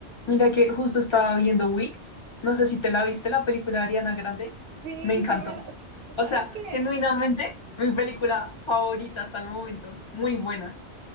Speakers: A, on the left (about 45°); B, on the right (about 65°).
A: Mira que justo estaba viendo Wick, no sé si te la viste, la película de Ariana Grande,
B: Sí,
A: me encantó.
B: sí me la...
A: O
B: ¿Sabes
A: sea,
B: qué?
A: genuinamente, mi película favorita hasta el momento, muy buena.